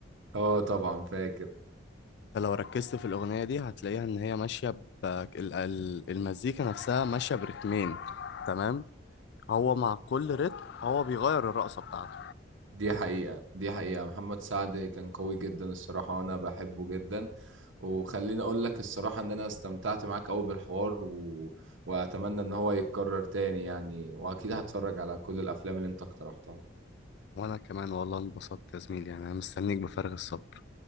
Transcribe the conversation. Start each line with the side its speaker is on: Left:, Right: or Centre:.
Right: اه طبعا فاكر
Left: انت لو ركزت في الاغنيه دي هتلاقيها ان هي ماشيه ب... ال- ال- المزيكا نفسها ماشيه برتمين تمام هو مع كل رتم هو بيغير الرقصه بتاعته
Right: دي حقيقة دي حقيقة محمد سعد كان قوي جدا الصراحة وانا بحبه جدا وخليني اقول لك الصراحة ان انا استمتعت معاك قوي بالحوار و... واتمنى ان هو يتكرر تاني يعني واكيد هتفرج على كل الافلام اللي انت اقترحتها
Left: وانا كمان والله انبسطت يا زميلي يعني انا مستنيك بفارغ الصبر